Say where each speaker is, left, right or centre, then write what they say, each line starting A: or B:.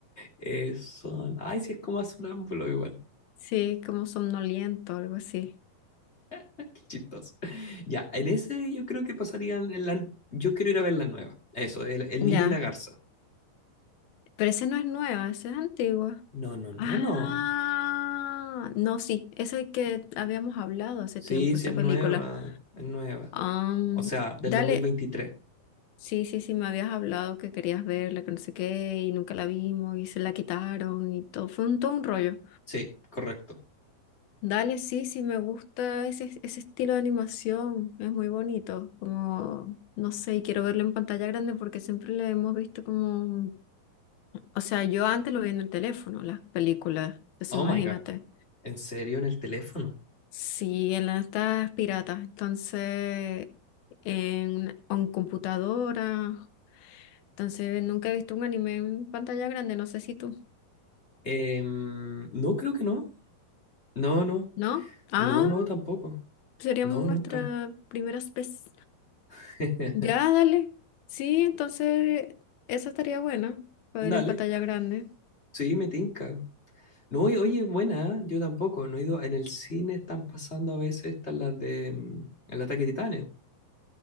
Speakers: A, on the left (about 20°); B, on the left (about 80°).
A: Eh, son. Ay, sí, es como sonámbulo igual.
B: Sí, como somnoliento, algo así.
A: <laughs> Qué chistoso. Ya, en ese yo creo que pasarían. En la... Yo quiero ir a ver la nueva. Eso, el, el
B: Ya.
A: niño y la garza.
B: Pero ese no es nueva, ese es antigua.
A: No, no, no,
B: Ah,
A: no.
B: no, sí, ese que habíamos hablado hace
A: Sí,
B: tiempo,
A: sí,
B: esa
A: es nueva.
B: película.
A: Es nueva.
B: Am,
A: O sea, del
B: dale,
A: 2023.
B: sí, sí, sí, me habías hablado que querías verla, que no sé qué, y nunca la vimos, y se la quitaron, y todo. Fue un, todo un rollo.
A: Sí, correcto.
B: Dale, sí, sí, me gusta ese, ese estilo de animación, es muy bonito, como, no sé, y quiero verlo en pantalla grande porque siempre lo hemos visto como, o sea, yo antes lo vi en el teléfono, las películas, entonces
A: Oh
B: imagínate,
A: my gosh. ¿En serio en el teléfono?
B: sí, en las estas piratas, entonces, en, en computadora, entonces nunca he visto un anime en pantalla grande, no sé si tú,
A: Em, no, creo que no. No, no.
B: ¿no? Ah,
A: No, no, tampoco.
B: seríamos
A: No,
B: nuestra
A: nunca.
B: primera vez.
A: <laughs>
B: Ya, dale. Sí, entonces esa estaría buena, para
A: Dale.
B: poder en pantalla grande.
A: Sí, me tinca. No, oye, oye, buena, ¿eh? yo tampoco, no he ido. En el cine están pasando a veces estas las de mm, El ataque de Titanes.